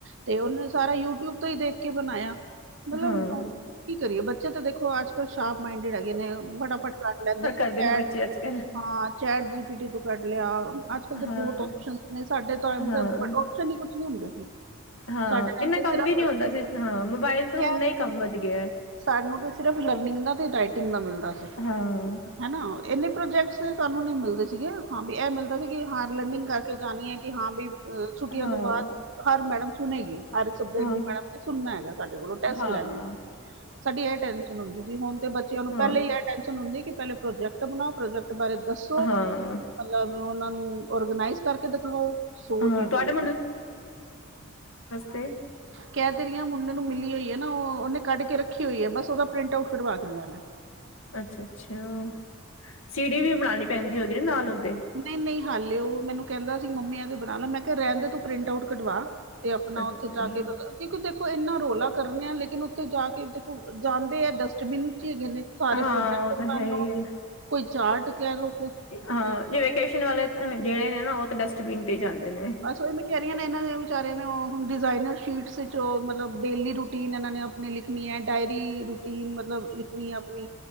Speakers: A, on the right (about 55°); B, on the left (about 70°).
A: ਤੇ ਉਨੇ ਸਾਰਾ ਯੂਟਿਊਬ ਤੋਂ ਈ ਦੇਖ ਕੇ ਬਣਾਇਆ। ਮਤਲਬ
B: ਹਾਂ,
A: ਕੀ ਕਰੀਏ ਬੱਚੇ ਤਾਂ ਦੇਖੋ ਅੱਜ-ਕੱਲ ਸ਼ਾਰਪ ਮਾਈਂਡਡ ਹੈਗੇ ਨੇ, ਫਟਾਫਟ ਕਟ ਲੈਂਦੇ ਨੇ।
B: <unintelligible> ਬੱਚੇ
A: ਚੈਟ
B: ਨੇ ਅੱਜ-ਕੱਲ।
A: ਹਾਂ ਚੈਟ ਜੀਪੀਟੀ ਤੋਂ ਕੱਢ ਲਿਆ। ਅੱਜ-ਕੱਲ ਤੇ
B: ਹਾਂ,
A: ਬੌਤ ਉਪਸ਼ਨਸ ਨੇ ਸਾਡੇ ਟਾਈਮ
B: ਹਾਂ।
A: ਤੇ ਓ ਸ਼ਨੀ ਕੁਛ ਨੀ ਹੁੰਦੇ ਸੀ।
B: ਹਾਂ,
A: ਸਾਡੇ ਟਾਈਮ
B: ਇੰਨਾ
A: ਤੇ
B: ਕੰਮ
A: ਸਿਰਫ
B: ਵੀ ਨਈ ਹੁੰਦਾ ਸੀ, ਹਾਂ ਮੋਬਾਇਲ ਤਾਂ
A: ਕਹਿ
B: ਉੱਨਾ ਈ
A: ਤੇ
B: ਕੰਮ ਵੱਧ ਗਿਆ।
A: ਸਾਨੂੰ ਤੇ ਸਿਰਫ ਲਰਨਿੰਗ ਦਾ ਤੇ ਰਾਈਟਿੰਗ ਦਾ ਮਿਲਦਾ ਸੀ।
B: ਹਾਂ,
A: ਹੈਨਾ ਇੰਨੇ ਪ੍ਰੋਜੈਕਟਸ ਸਾਨੂੰ ਨਈਂ ਮਿਲਦੇ ਸੀਗੇ ਹਾਂ ਵੀ ਏ ਮਿਲਦਾ ਸੀ ਕਿ ਹਾਂ, ਲਰਨਿੰਗ ਕਰਕੇ ਜਾਣੀ ਐ ਕਿ ਹਾਂ ਬਈ ਛੁੱਟੀਆਂ
B: ਹਾਂ,
A: ਤੋਂ ਬਾਦ ਹਰ ਮੈਡਮ ਸੁਣੇਗੀ। ਹਰ ਸਬਜੈਕਟ
B: ਹਾਂ,
A: ਦੀ ਮੈਡਮ ਨੇ ਸੁਣਨਾ ਹੈਗਾ ਸਾਡੇ ਕੋਲੋਂ ਟੈਸਟ
B: ਹਾਂ,
A: ਲੈਣੇ ਨੇ। ਸਾਡੀ ਐ ਟੈਨਸ਼ਨ ਹੁੰਦੀ ਸੀ ਹੁਣ ਤੇ ਬੱਚਿਆਂ ਨੂੰ
B: ਹਾਂ।
A: ਪੈਲੇ ਈ ਐ ਟੈਸ਼ਨ ਹੁੰਦੀ ਕਿ ਪੈਲੇ ਪ੍ਰੋਜੈਕਟ ਬਣਾਓ, ਪ੍ਰੋਜੈਕਟ ਬਾਰੇ ਦੱਸੋ
B: ਹਾਂ,
A: ਮਤਲਬ ਉਨਾ ਨੂੰ ਓਰਗਨਾਈਜ਼ ਕਰਕੇ ਦਿਖਾਓ ਸੋ
B: ਹਾਂ
A: ਚੀਜ਼ਾਂ
B: ਤੁਹਾਡੇ
A: ਨੂੰ
B: ਤੇ
A: ਕੈ ਤੇ ਰੀ ਆ, ਮੁੰਡੇ ਨੂੰ ਮਿਲੀ ਹੋਈ ਐ ਨਾ ਓ ਉਨੇ ਕੱਢ ਕੇ ਰੱਖੀ ਹੋਈ ਐ ਬਸ ਉਦਾ ਪ੍ਰਿੰਟ ਆਊਟ ਕੱਢਵਾ ਕੇ ਲਿਆਣਾਂ ਮੈਂ।
B: ਅੱਛਾ, ਅੱਛਾ, ਸੀੜੀ ਵੀ ਬਣਾਣੀ ਪੈਂਦੀ ਹੋਗੀ ਨਾ ਨਾਲ ਓੱਦੇ।
A: ਨਈ-ਨਈ ਹਾਲੇ ਓ ਮੈਨੂੰ ਕੈਂਦਾ ਸੀ ਮੰਮੀ ਐਦੇ ਬਣਾ ਲਾ ਮੈਂ ਕਿਆ ਰੈਂਦੇ ਤੂੰ ਪ੍ਰਿੰਟ ਆਊਟ ਕਢਵਾ ਤੇ ਆਪਣਾ
B: ਅੱਛਾ।
A: ਉੱਥੇ ਜਾ ਕੇ ਮਤਬਲ ਕਿਉਂਕਿ ਦੇਖੋ ਇੰਨਾ ਰੌਲਾ ਕਰਨੇ ਆ ਲੇਕਿਨ ਓਂਥੇ ਜਾ ਕੇ ਦੇਖੋ ਜਾਂਦੇ ਐ ਡਸਟਬਿਨ ਚ ਈ ਹੈਗੇ ਨੇ ਸਾਰੇ
B: ਹਾਂ
A: ਪ੍ਰੋਜੈਕਟ।
B: ਓ ਤਾਂ
A: ਮੰਨ
B: ਹੈ
A: ਲਵੋ
B: ਈ ਐ
A: ਕੋਈ ਚਾਟ ਕੈ ਲੋ।
B: ਹਾਂ, ਜੇ ਵੈਕੇਸ਼ਨ ਵਾਲੇ ਜੇੜੇ ਨੇ‌ ਨਾ ਓ ਤਾਂ ਡਸਟਬਿਨ ਤੇ ਈ ਜਾਂਦੇ ਨੇ।
A: ਬਸ ਓ ਐਮੇ ਕੈ ਰਈਆਂ ਨੇ ਇਨਾਂ ਦੇ ਵਿਚਾਰਿਆਂ ਨੇ ਓ ਹੁਣ ਡਿਜ਼ਾਇਨਰ ਸ਼ੀਟਸ ਚ ਓ ਮਤਲਬ ਡੇਲੀ ਰੂਟੀਨ ਇਨਾਂ ਨੇ ਅਪ ਮੈਂਲਿਖਣੀ ਆ ਡਾਇਰੀ ਰੂਟੀਨ ਮਤਲਬ ਲਿਖਣੀ ਹੈ ਆਪਣੀ।